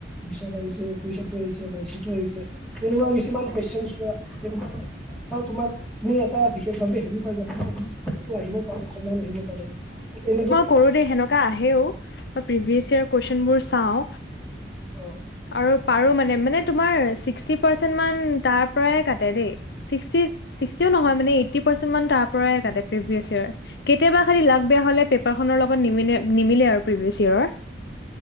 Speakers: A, in the centre; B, on the left.
A: বিশত আহিছে, একৈশতো আহিছে, বাইশতো আহিছে। তেনেকোৱা কিছুমান কুৱেশনচ বা তেনেকুৱা আপুনি এটা বিশেষ ভাৱে হেৰি পাই যাব আপোনাৰ এইটো আহিব পাৰে সময় আহিব পাৰে, ত তেনেকা
B: কৰো দেই সেনকা আহেও বা প্ৰিভিয়াছ ইয়েৰ কুৱেশনবোৰ চাওঁ।
A: অ
B: আৰু পাৰো মানে মানে তোমাৰ ছিক্সটি পাৰ্চেন্টমান তাৰ পৰাই কাটে দেই। চি ছিক্সটিও নহয় মানে এইটি পাৰ্চেন্টমান তাৰ পৰাই কাটে প্ৰিভিয়ছ ইয়েৰ। কেতিয়াবা খালি লাগ বেয়া হ'লে পেপাৰখনৰ লগত নিমিলে নিমিলে আৰু প্ৰিভিয়াছ ইয়েৰৰ।